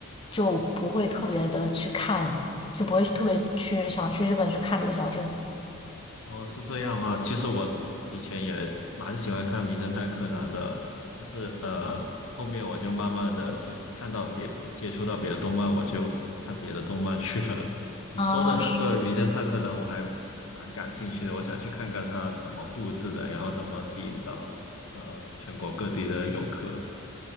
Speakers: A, on the left; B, on the left.
A: 就不会特别的去看，就不会特别去想去日本去看这个小镇。
B: 哦，是这样吗？其实我以前也蛮喜欢看《名侦探柯南》的，但是呃，后面我就慢慢的就看到别接触到别的动漫，我就看别的动漫去了。你说的那个《名侦探柯南》，
A: 啊，
B: 我还蛮感兴趣的，我想去看看它怎么布置的，然后怎么吸引到呃全国各地的游客。